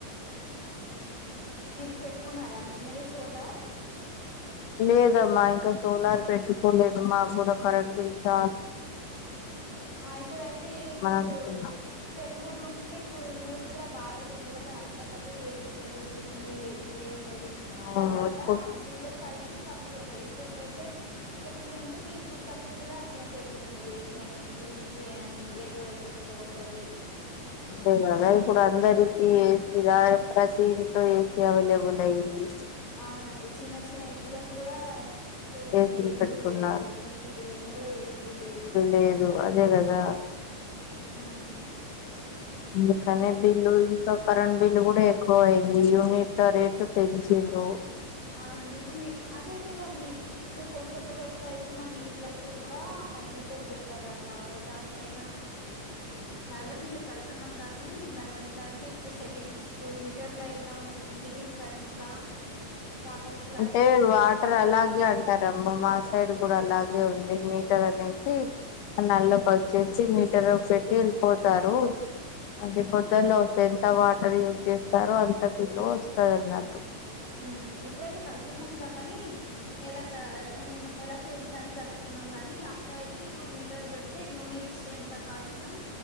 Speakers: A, on the left; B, on the left.
A: మీరు పెట్టుకున్నారా అండి మరి సోలార్?
B: లేదమ్మా ఇంకా సోలార్ పెట్టుకోలేదుమ్మా కూడా కరెంట్ బిల్ చ
A: ఆ ఇప్పుడయితే ఇప్పుడు
B: అనుకున్నాం
A: పెరుగుడ్ ఉంటే ఇప్పుడు యూస్ కూడా బాగా అయితే ఉంది కదా అప్పుడు అయితే ఏసీ లేదు, టీవీ లేదు ఏ లేదు
B: అవును
A: దాని వల్ల
B: ఇప్పుడు
A: బిల్ కడిచ ఎక్కువంటాయి ఇప్పుడుయితే పెరుగుతుంటే ఇప్పుడు ఖర్చు కూడా అట్లే పెరుగుతుంది. చి అని టీపి అని ఎదు ఎదుకుతగతవి
B: అదే కదా ఇప్పుడు అందరికీ
A: ఉమ్
B: ప్రతిది స ఏస అవైలేబుల్అయింది.
A: అవునండి చిన్న చిన్న ఇల్లలు కూడా లేనిది
B: ఏసీలు
A: ఏ ఇల్లు
B: పెట్టుకున్నారు
A: లేదు టీవీ లేనిది కూడా ఏ ఇల్లు లేరు
B: లేదు అదే కదా
A: ఆహ
B: ఇల్లు కరెంట్ ఇల్లు ఇంకొకరన్ బిల్ కూడా ఎక్కువ అయింది యూనిట్ లో రేట్లు పెంచిండ్రు.
A: అవునండి ఇప్పుడు ని అద ఎందుకండి ఇప్పుడు కొంత రోజులు అయితే మన నీళ్ళకి కూడా మీటర్ పెడతారట దానిపైన నల్ల బిల్లు కడుతున్నాం గానీ దానిట్లా అంటే ఇప్పుడు సెకండ్స్ ఇప్పుడు మీటర్ల ఎలా ఉందండి. కరెంట్లా వాటర్ లా
B: అంటే
A: అట్లనే
B: వాటర్
A: చేస్తారట
B: అలాగే అంటారమ్మ మా సైడ్ కూడా అలాగే ఉం ది మీటర్ అనేసి నల్లోకి వచ్చేసి మీటర్ పెట్టి వెళ్ళిపోతారు. అది పొద్దుళ వస్తే ఎంత వాటర్ యూజ్ చేస్తారో అంత బిల్లు వస్తది అన్నట్టు.
A: మ్ ఇప్పుడైతే కడుతున్నాం గానీ నెల త నెలకు ఎం తని కట్టుతున్నాం కానీ అప్పుడ అయితే ఇప్పుడు మీటర్ పెడితే యూనిట్ ఎంత కాల్సినం